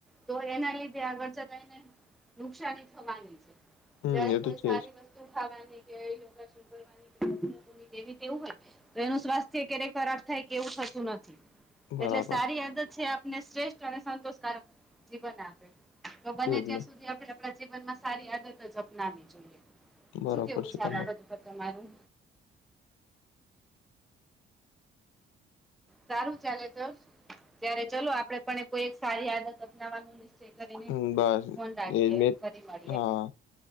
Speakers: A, in the centre; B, on the left.
A: તો એના લીધે આગળ ચલાય ને નુકસાની થવાની છે
B: હમ
A: જયારે
B: એ
A: કોઈ
B: તો છે
A: સારી
B: જ
A: વસ્તુ ખાવાની કે યોગાસ વું હોય તો એનું સ્વાસ્થ્ય ક્યારેય ખરાબ થાય કેવું થતું નથી
B: બરાબર
A: એટલે સારી આદત છે આપને શ્રેષ્ઠ અને સંતોષકારક જીવન આપે. તો બને
B: એજ
A: ત્યાં
B: ને
A: સુધી આપણે આપણા જીવનમાં સારી આદત જ અપનાવી જોઈએ.
B: બરાબર
A: શું કેવું છે
B: તમાર
A: આ બધું તમારું? સારું ચાલે ચ ત્યારે ચલો આપડે પણ કોઈ એક સારી આદત અપનાવવાનું તે કરીને
B: હમ બસ
A: ફોન રાખીએ
B: એજ મે
A: ફરી મળીએ
B: હા